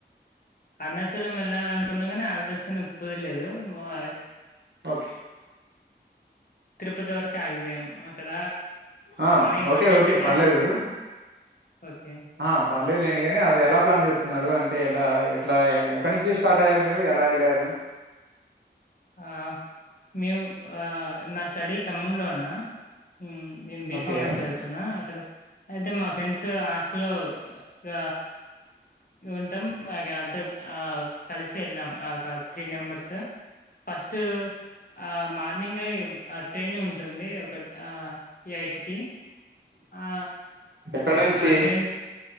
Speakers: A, on the left (about 50°); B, on the right (about 75°).
A: అరుణాచలం వెళ్ళాలి అనుకున్నా కానీ ఆలోచన కుదరలేదు <unintelligible>
B: ఓకే
A: తిరుపతి వరకే ఆగిపోయాము అక్కడ
B: ఆ
A: మనీ
B: ఓకే
A: బడ్జెట్
B: ఓకే
A: లేక
B: పర్లేదు
A: ఓకే
B: ఆ పర్లేదు లెండి కానీ అది ఎలా ప్లాన్ చేసుకున్నారు అంటే ఎలా ఎట్లా ఎక్కడి నుంచి స్టార్ట్ అయ్యారు మీరు ఎలా వెళ్ళారు
A: ఆ మేము ఆ నా స్టడీ ఖమ్మంలో అన్న హ్మ్ నేను బి
B: ఓకే
A: కాం చదువుతున్నా అక్కడ అయితే మా ఫ్రెండ్స్ హాస్టల్ ఇగ ఉంటాం అంత ఆ కలిసి వెళ్ళాం ఆ ఒక త్రీ నెంబర్స్ ఫస్ట్ ఆ మార్నింగ్ ఆ ట్రైని ఉంటుంది ఒక ఆ ఐట్కి ఆ
B: ఎక్కడ నుంచి
A: ఆ ట్రైన్కి